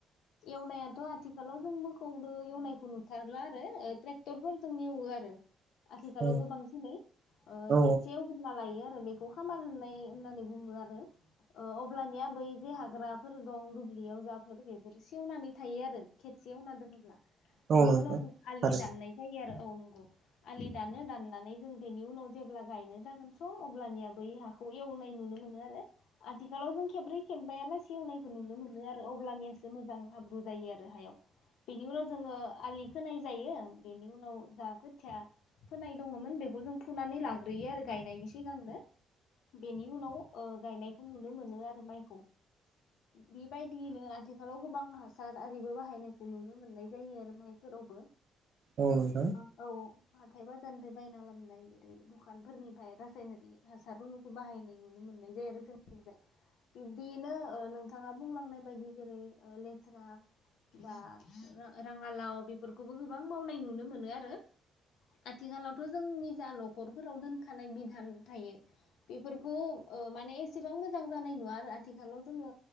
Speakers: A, on the left; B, on the right.
A: एवनायाथ' आथिखालाव जों मोखौजों एवनायखौ नुथारला आरो ट्रेक्टरफोरजों एवो आरो। आथिखालाव
B: औ
A: गोबां सिनै ओ
B: औ
A: खेबसे एवग्रोना। गायो आरो बेखौ खामार होननाय होननानै बुङो आरो अब्लानिया बै बे हाग्राफोर दं दुब्लियाव जाफोर बेफोर सेवनानै थायो आरो खेबसे एवनानै दोनोब्ला।
B: औ
A: बेनि
B: नोंथां
A: उनाव जों आलि
B: थारैनो
A: दाननाय जायो आरो औ नंगौ। आलि दानो दाननानै जों बेनि उनाव जेब्ला गायनो जागोन। सम अब्लानिया बै हाखौ एवनाय नुनो मोनो आरो आथिखालाव जों खेब्रै खेबबायालासे एवनायखौ नुनो मोनो आरो अब्लानियासो मोजां हाब्रु जायो आरो हायाव बेनि उनाव जोङो आलि खोनाय जायो बेनि उनाव जा खोथिया फोनाय दङमोन बेखौ जों फुनानै लाग्रोयो आरो गायनायनि। सिगांनो बेनि उनाव ओ गायनायखौ नुनो मोनो आरो माइखौ बेबायदियैनो आथिखालाव गोबां हासार आरिबो बाहायनायखौ नुनो मोननाय जायो आरो माइफोरावबो।
B: औ नोंथां
A: गोबां औ-औ। हाथाय बाजारनिफ्राय बायना लाबोनाय ओरै दखानफोरनिफ्राय र। सायनारि हासारउनुखौ बाहायनाय नुनो मोननाय जायो आरो जोंनिथिंजाय बिब्दियैनो नोंथाङा बुंलांनाय बायदि जेरै लेस्रा बा राङालाव बेफोरखौबो गोबां मावनाय नुनो मोनो आरो आथिखालावथ' जोंनि जा न'खरफोराव दोनखानाय बि। थां थायो बेफोरखौ माने एसेबां मोजां जानाय नुवा आरो आथिखालाव जोङो